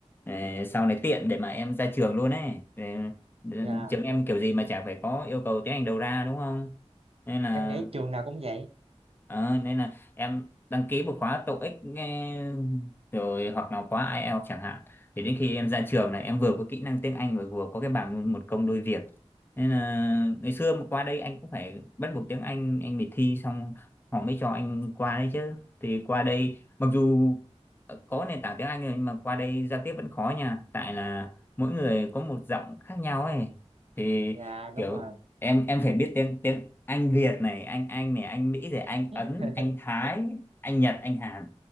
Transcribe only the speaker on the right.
dạ
em nghĩ trường nào cũng vậy
dạ
đúng rồi
<laughs>